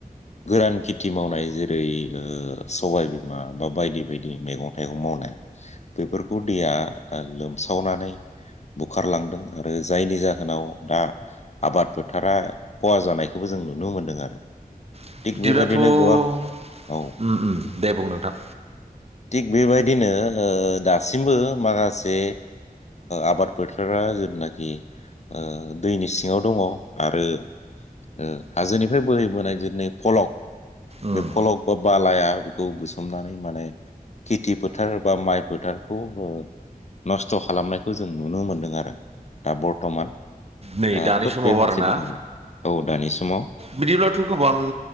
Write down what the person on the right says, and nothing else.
<inaudible>
थ'ओम-ओम
दे बुं नोंथां?
उम
नै दानि
समाव
आरोना
बिदिब्लाथ' गोबां